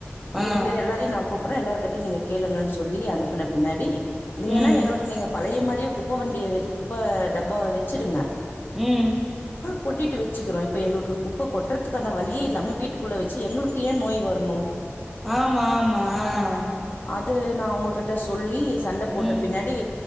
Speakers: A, on the left; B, in the centre.
A: மீதி
B: ஆ
A: பேர் எல்லாரையும் நா கூப்பறேன் எல்லார் கிட்டயும் நீங்க கேளுங்கன்னு சொல்லி அனுப்புனேன் பின்னாடி இல்லனா
B: ம்
A: எங்களுக்கு நீங்க பழைய மாதிரியே குப்பை வண்டியை வை குப்பை டப்பாவை வச்சுடுங்க
B: உம்
A: கொட்டிகிட்டு வச்சுக்கிறோம் இப்போ எங்களுக்கு குப்பை கொட்டுறதுக்கான வழியே இல்லாமல் வீட்டுக்குள்ளே வச்சு எங்களுக்கு ஏன் நோய் வரணும்
B: ஆமா-ஆமா ஆஹ்
A: அது நா அவங்ககிட்ட சொல்லி சண்டை போட்ட
B: ம்
A: பின்னாடி